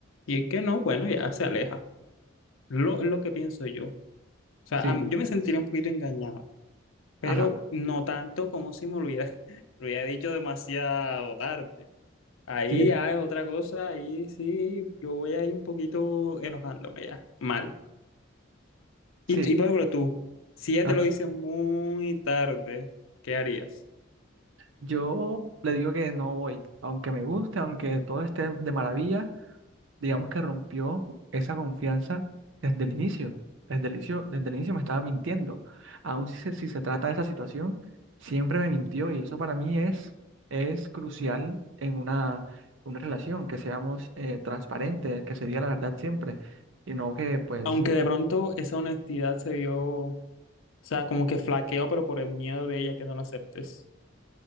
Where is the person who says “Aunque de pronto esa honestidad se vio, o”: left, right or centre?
Left